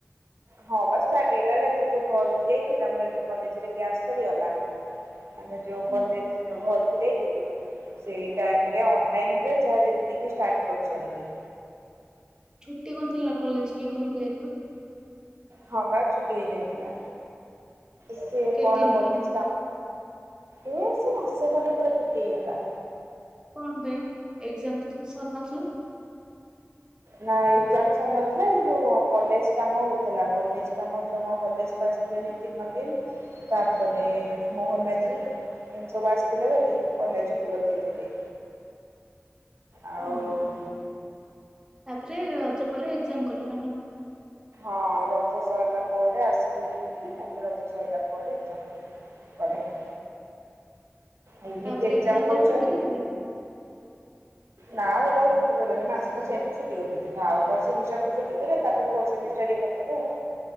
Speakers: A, on the right; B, on the right.
A: ହଁ ବା ଷ୍ଟାର୍ଟ ହେଇଗଲା ଏଥର ଯୋଉ ଘରକୁ ଯାଇଥିଲା ମୋର ଏଠିରେ କଲେଜରେ ଗ୍ୟାସ୍ ସରିଗଲା ଆମେ ଯୋଉ କଲେଜ
B: ହଁ
A: ଘରକୁ ଦେଇଥିଲୁ। ସେଇ ଟାଇମରେ ଅନଲାଇନରେ ଯାହା ଯେତିକି ଷ୍ଟାର୍ଟ କରୁଛନ୍ତି।
B: ଛୁଟି କଣଥିଲା କଲେଜ କି ଘରକୁ ଯାଇଥିଲା?
A: ହଁ ବା ଛୁଟି ହେଇଯାଇଥିଲା ସିଏ
B: କେତେଦିନ
A: କଣ କଲେଜ
B: କି
A: ଏ ସେଇ ମାସେ ଖଣ୍ଡେ ପୁରା ଛୁଟି ହେଇଗଲା।
B: କଣ ପାଇଁ ଏଜାମ ତ ତମର ସରି ନଥିଲା?
A: ନା ଏଜାମ ସରି ନଥିଲା ଏ ଯେଉଁ କଲେଜ କାମ ହେଉଥିଲା କଲେଜ କାମ ଜମା କଲେଜକୁ ଆସିଥିଲନି ଦି ନବୀନ ତାପରେ ମୋହନ ମାଝୀ ଏମତି ସବୁ ଆସିଥିଲେ ବୋଲି କଲେଜ ଛୁଟି କରିଦେଇଥିଲେ। ଆଉ
B: ହଁ
A: ଉଁ
B: ହଁ ତାପରେ ରଜ ପରେ ଏଜାମ କଲେ ନା କଣ?
A: ହଁ ରଜ ସରିଲା ପରେ ଆସିଲୁ ଯେମିତି ତାପରେ ରଜ ସରିଲା ପରେ ଏଜାମ <unintelligible> ଏମିତି
B: ତାପରେ
A: ଏଜାମ
B: ଏକ୍ଜାମ
A: କରୁଛନ୍ତି
B: ପରେ ଛୁଟି କରିବେ
A: ନା ବୋଧେ ଆଉ ଛୁଟି ଦେବେନି ମାସେ ତ ସେମିତି ଛୁଟି କରିଦି ଆଉ କଣ ସେମିଷ୍ଟାର ତ ସେତିକିରେ ତାପରେ ଫୋର୍ଥ ସେମିଷ୍ଟାର ଇଏ କରିଥିବେ ଆଉ।